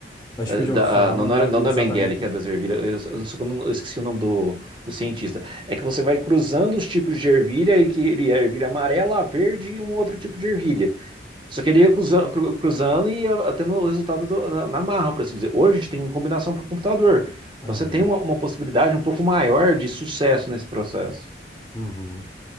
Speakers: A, on the left (about 15°); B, on the right (about 30°).
A: acho
B: Ah,
A: que eu já
B: da-
A: ouvi falar,
B: ah, não,
A: mas não
B: não
A: lembro
B: era, não, não
A: exatamente.
B: é Mengele que é das ervilhas, eu, eu só que eu não- eu esqueci o nome do, do cientista. É que você vai cruzando os tipos de ervilha, e que ele é ervilha amarela, a verde e um outro tipo de ervilha. Só queria ele cruzando, e ia tendo o resultado do- na, na marra, por assim dizer. Hoje a gente tem combinação por computador. Então
A: Aham.
B: você tem uma, uma possibilidade um pouco maior de sucesso nesse processo.
A: Uhum.